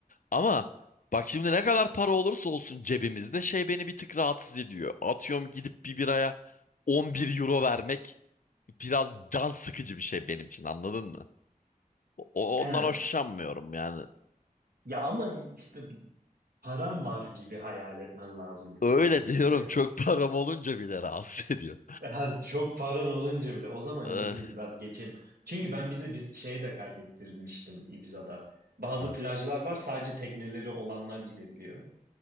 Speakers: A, on the left; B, on the right.
A: Ama bak şimdi ne kadar para olursa olsun cebimizde şey beni bir tık rahatsız ediyor. Atıyorum gidip bir biraya 11 euro vermek biraz can sıkıcı bir şey benim için anladın mı? O,
B: Evet.
A: ondan hoşlanmıyorum yani.
B: Ya ama işte param var gibi hayal etmen lazım bu
A: Öyle
B: geziyi.
A: <laughs> diyorum
B: <laughs>
A: çok param olunca bile rahatsız ediyor.
B: Ha, Çok paran olunca bile. O zaman
A: Eh,
B: Ibiza'yı biraz geçelim. Çünkü ben bizi biz şeye de kaydettirmiştim Ibiza'da. Bazı
A: eh.
B: plajlar var sadece tekneleri olanlar gidebiliyor.